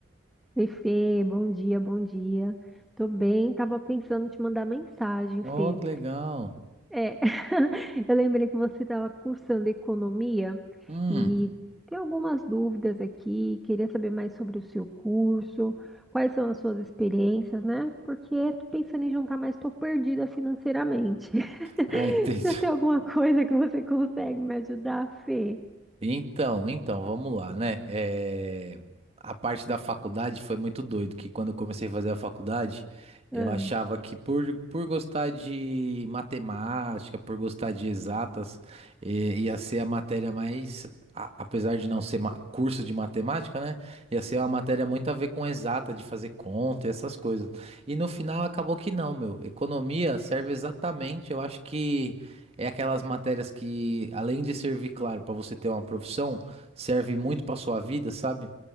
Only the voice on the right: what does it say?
Oh,
que legal.
Hum.
Ah, <laughs> entendi.
Então, então, vamos lá, né? É, A parte da faculdade foi muito doido, que quando eu comecei a fazer a faculdade, eu
achava que por, por gostar de matemática, por gostar de exatas, eh, ia ser a matéria mais, a- apesar de não ser ma- curso de matemática, né? Ia ser uma matéria muito a ver com exata, de fazer conta e essas coisas. E no final acabou que não, meu. Economia serve exatamente, eu acho que. É aquelas matérias que, além de servir, claro, para você ter uma profissão, serve muito para sua vida, sabe?